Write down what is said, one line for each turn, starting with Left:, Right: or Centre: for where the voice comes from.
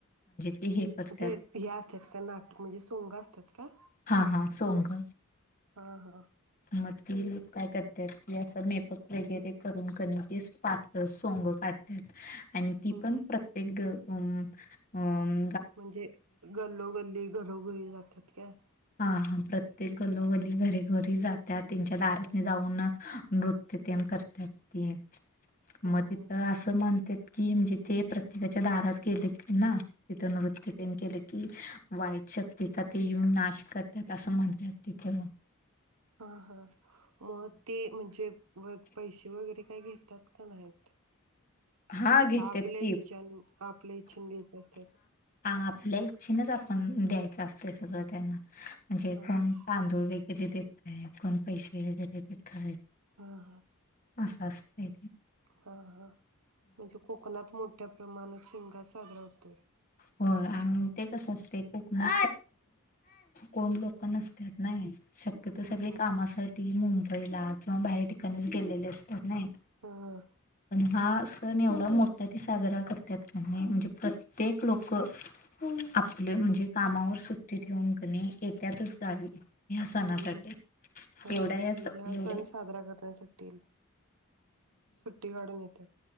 Left: ते हे करत्यात
Right: ते हे असतात का नाटक म्हणजे सोंग असतात का?
Left: हा हा सोंग
Right: हा हा
Left: मग ती काय करतात की असं मेकअप वगैरे करून कणी केस पातळ सोंग काढत्यात आणि ती
Right: ह
Left: पण
Right: ह
Left: प्रत्येक हम्म हम्म
Right: म्हणजे गल्लोगल्ली घरोघरी जातात का
Left: हा हा प्रत्येक गल्लोगल्ली घरी घरी जात्यात. त्यांच्या दारातने
Right: ह
Left: जाऊन नृत्य तेन करत्यात ते मग
Right: ह
Left: तिथं असं म्हण कि म्हणजे ते प्रत्येकाच्या दारात गेले ना तिथून नृत्य तेन केले कि वाईट शक्तीचा ते येऊन नाश करतात असं म्हणतात तिथे
Right: ह हा मग ते म्हणजे व पैसे वगैरे काय घेतात? का नाहीत
Left: हा घेत्यात
Right: का आपले
Left: की
Right: इच्छेने, आपल्या इच्छेने देत असत्यात.
Left: ह आपल्या इच्छेनेच आपण द्यायचं असते सगळं त्यांना म्हणजे
Right: हा
Left: कोण
Right: हा
Left: तांदूळ वगै के देतय कोण पैसे वगैरे देतय
Right: हा हा
Left: असं असतय
Right: हा हा म्हणजे कोकणात मोठ्या प्रमाणात शिंगमा साजरा करतात त
Left: हो आणि ते कसं असते कोकण तो लोक नसत नाही शक्यतो
Right: हम्म
Left: सगळे
Right: हम्म
Left: कामासाठी ती मुंबईला किंवा बाहेर ठिकाणीच गेलेली असतात नाय
Right: हा ह
Left: हा सण एवढा मोठा ते साजरा करतात की नाय म्हणजे प्रत्येक लोक आपले म्हणजे कामावर सुट्टी ठेवून कनी येत्यातच गावी ह्या सणासाठी
Right: हम्म हम्म हा
Left: एवढ्या
Right: हा
Left: या
Right: म्हणजे
Left: स
Right: हा
Left: एवढ्या
Right: सण साजरा करण्यासाठी सुट्टी काढून येतात.